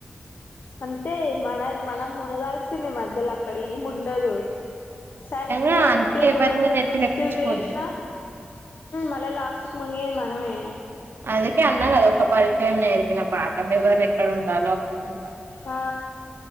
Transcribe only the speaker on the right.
నిజంగా
అందుకే
ఎవరిని
నెత్తినెక్కించుకోవద్దు
అందుకే అన్నా కదా ఒక పరిచయం నేర్పిన బాటమ్ ఎవరు ఎక్కడ ఉండాలో అక్కడ ఉండాలి